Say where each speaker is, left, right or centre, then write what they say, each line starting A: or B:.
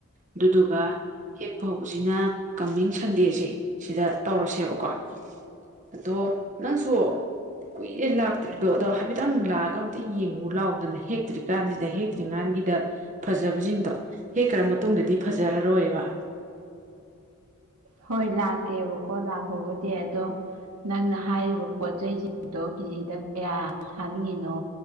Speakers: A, on the right; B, on the right.
A: ꯑꯗꯨꯗꯨꯒ ꯍꯦꯛ ꯐ ꯍꯕꯁꯤꯅ ꯀꯃꯤꯡ ꯁꯟꯗꯦꯁꯦ ꯁꯤꯗ ꯇꯧꯔꯁꯦꯕꯀꯣ ꯑꯗꯣ ꯅꯪꯁꯨ ꯀꯨꯏꯔꯦ ꯂꯥꯛꯇ꯭ꯔꯤꯗꯣ ꯑꯗꯣ ꯍꯥꯏꯐꯦꯠꯇꯪ ꯂꯥꯛꯑꯒ ꯑꯝꯇ ꯌꯦꯡꯉꯨ ꯂꯥꯎꯗꯅ ꯍꯦꯛꯇ꯭ꯔꯤꯀꯥꯟꯁꯤꯗ ꯍꯦꯛꯇ꯭ꯔꯤꯀꯥꯟꯒꯤꯗ ꯐꯖꯕꯁꯤꯡꯗꯣ ꯍꯦꯛꯈ꯭ꯔ ꯃꯇꯨꯡꯗꯗꯤ ꯐꯖꯔꯔꯣꯏꯕ
B: ꯍꯣꯏ ꯂꯥꯛꯀꯦꯕꯀꯣ ꯂꯥꯛꯄꯕꯨꯗꯤ ꯑꯗꯣ ꯅꯪꯅ ꯍꯥꯏꯔꯤꯕ ꯄꯣꯠ ꯆꯩꯁꯤꯡꯗꯣ ꯀꯦꯖꯤꯗ ꯀꯌꯥ ꯊꯥꯅꯤꯡꯉꯤꯅꯣ